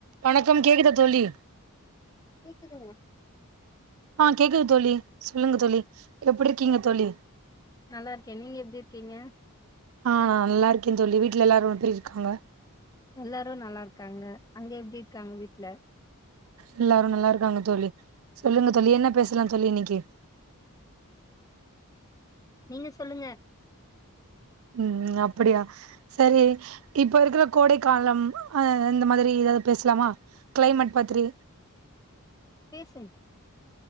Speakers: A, on the right; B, on the left.
A: வணக்கம் கேக்குதா தோழி
B: கேக்குதுங்க
A: ஆ கேக்குது தோழி சொல்லுங்க தோழி எப்பிட்ருக்கீங்க தோழி
B: நல்லாருக்கே நீங்க எப்டி இருக்கீங்க
A: ஆ நா நல்லா இருக்கே தோழி வீட்ல எல்லாரு எப்டி இருக்காங்க
B: எல்லாரு நல்லா இருக்காங்க அங்க எப்டி இருக்காங்க வீட்ல
A: எல்லாரு நல்லா இருக்காங்க தோழி சொல்லுங்க தோழி என்ன பேசலா தோழி இன்னைக்கி
B: நீங்க சொல்லுங்க
A: ம் அப்டியா சேரி இப்ப இருக்கிற கோடைக்காலம் அ இந்த மாதிரி எதாவ்து பேசலாமா கிளைமட் பத்திரி
B: பேசுங்